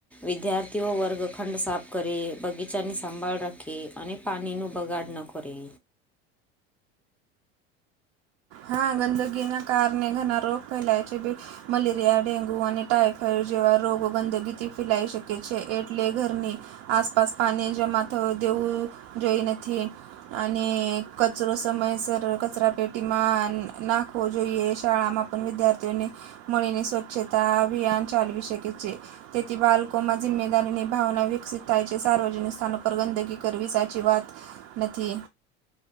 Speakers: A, in the centre; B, on the right.
A: વિદ્યાર્થીઓ વર્ગખંડ સાફ કરે બગીચાની સંભાળ રાખે અને પાણીનું બગાડ ન કરે.
B: હા ગંદગીના કારણે ઘણાં રોગ ફેલાય છે. મલેરિયા, ડેન્ગુ અને ટાઈફોઈડ જેવાં રોગો ગંદગીથી ફેલાઈ શકે છે એટલે ઘરની આસપાસ પાણી જમા થવા દેવું જોઈ નથી. અને કચરો સમયસર કચરાપેટી માં નાખવો જોઈએ શાળામાં પણ વિદ્યાર્થીઓને મળીને સ્વચ્છતા અભિયાન ચાલવી શકે છે. તેથી બાલકોમાં જિમ્મેદારીની ભાવના વિકસિત થાય છે સાર્વજનિક સ્થાનો પર ગંદકી કરવી સાચી વાત નથી.